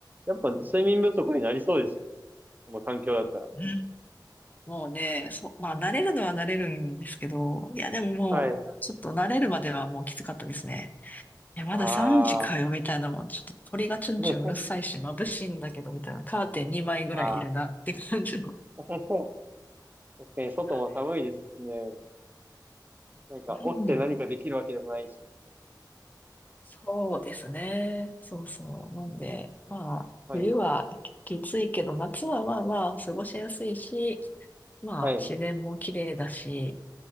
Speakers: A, on the right (about 25°); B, on the left (about 20°).
A: やっぱ睡眠不足になりそうですよ。この環境だったら。
B: うんもうね、そう、まあ慣れるのは慣れるんですけど、いやでももう、
A: はい。
B: ちょっと慣れるまではもうきつかったですね。いや、まだ3時かよ、
A: ああ。
B: みたいなもん。ちょっと鳥がチュンチュンうるさいし、
A: <laughs>
B: 眩しいんだけど、みたいな。カーテン2枚ぐらいいるなって感じの。
A: ああ。<laughs> 確かに外も寒いですしね。
B: は
A: なんか、
B: いうん、
A: 起きて何かできるわけでもないし。
B: そうですね。そうそう。なんで、まあ、
A: はい。
B: 冬はききついけど、夏はまあまあ、過ごしやすいし、まあ、
A: はい。
B: 自然も綺麗だし、